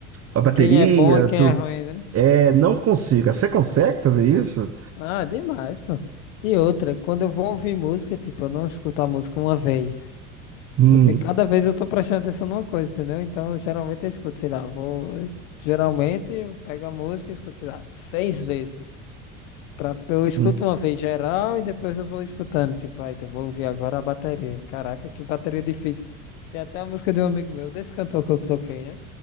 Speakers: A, on the right (about 40°); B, on the left (about 80°).
A: a bateria
B: Quem é bom e quem
A: do.
B: é ruim, né?
A: É, não consigo. Você consegue fazer isso?
B: Ah, demais, pô. E outra, quando eu vou ouvir música, tipo, eu não escuto a música uma vez.
A: Hum,
B: Porque cada vez eu tô prestando atenção numa coisa, entendeu? Então, geralmente eu escuto, sei lá, eu vou. Geralmente eu pego a música e escuto, sei lá, seis vezes. Pra, eu escuto
A: hum.
B: uma vez geral e depois eu vou escutando. Tipo, aí, eu vou ouvir agora a bateria. Caraca, que bateria difícil. Tem até a música de um amigo meu, desse cantor que eu toquei, né?